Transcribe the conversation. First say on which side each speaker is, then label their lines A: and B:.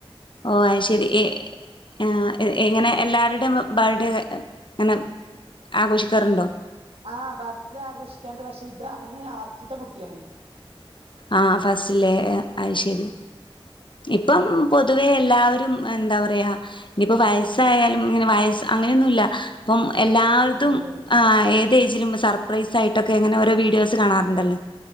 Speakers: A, on the left; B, on the right.
A: ഓഹ് അയ്ശെരി എ ആഹ് ഇ ഇങ്ങെനെ എല്ലാര്ടേം ബേഡേ ങ്ങെനെ ആഘോഷിക്കാറ്ണ്ടോ
B: ആഹ് ബർത്ത്ഡേ ആഘോഷിക്കാണ്ട് പക്ഷെ ഇത് അവന് ആസ്റ്റ്ത്തെ കുട്ട്യാണെ
A: ആഹ് ഫസ്റ്റ്ലേ അയ്ശരി
B: ഉം
A: ഇപ്പം
B: അപ്പൊ
A: പൊ തുവേ എല്ലാവെരും എന്താ പറയാ നിപ്പോ വയസ്സായാലും ഇങ്ങെനെ വയസ്‌ അങ്ങനെന്നുല്ലാ പ്പം എല്ലാര്തും
B: ഏയ് ഇല്ലല്ലല്ല
A: ആഹ് ഏതേജിലും സർപ്രൈസായ്ട്ടൊക്കെ ങ്ങെനെ ഓരോ വീഡ്യോസ്‌ കാണാറ്ണ്ടല്ലോ